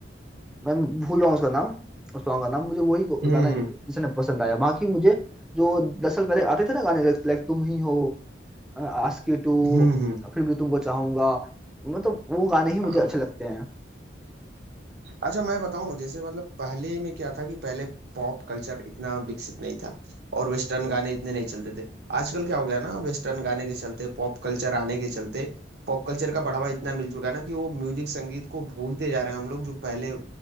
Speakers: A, in the centre; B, on the right.
A: मैं भूल रहा हूँ उसका नाम उस सॉन्ग का नाम मुझे वही
B: हम्म
A: गाना
B: हम्म
A: इसने पसंद आया बाकी मुझे जो दस साल पहले आते थे ना गाने लाइक तुम ही हो आस्की टू
B: हम्म
A: फिर भी तुमको चाहूंगा मतलब वो गाने ही मुझे
B: हम्म।
A: अच्छे लगते हैं
B: अच्छा मैं बताऊं जैसे मतलब पहले में क्या था कि पहले पॉप कल्चर इतना विकसित नहीं था और वेस्टर्न गाने इतने नहीं चलते थे आजकल क्या हो गया ना वेस्टर्न गाने के चलते पॉप कल्चर आने के चलते पॉप कल्चर का बढ़ावा इतना मिल चुका है ना कि वो म्यूजिक संगीत को भूलते जा रहे हैं हम लोग जो पहले